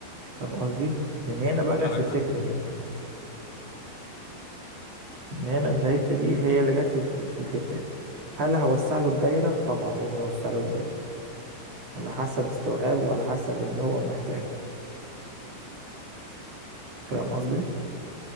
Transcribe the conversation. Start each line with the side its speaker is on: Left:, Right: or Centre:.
Right: فاهم قصدي من هنا بقى جت
Left: عندك
Right: لي الفكرة
Left: حق مليون
Right: دي
Left: في المية
Right: من هنا الحتة دي هي اللي جت لي في في الحتة دي هل هوسع له الدايرة طبعا لازم اوسع له الدايرة على حسب استوعابه وعلى حسب اللي هو محتاجه فاهم قصدي